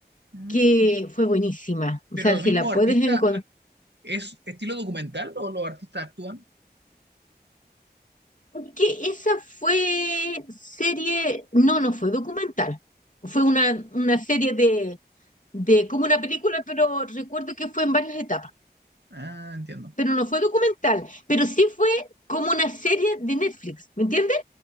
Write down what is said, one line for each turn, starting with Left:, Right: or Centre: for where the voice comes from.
Right: Mm.
Left: que fue buenísima. O
Right: Pero
Left: sea,
Right: lo
Left: si
Right: mismo,
Left: la puedes
Right: artista,
Left: encontrar.
Right: ac- ¿es estilo documental o los artistas actúan?
Left: Es Que esa fue serie, no, no fue documental. Fue una, una serie de, de como una película, pero recuerdo que fue en varias etapas.
Right: Ah, entiendo.
Left: Pero no fue documental, pero sí fue como una serie de Netflix, ¿me entiendes?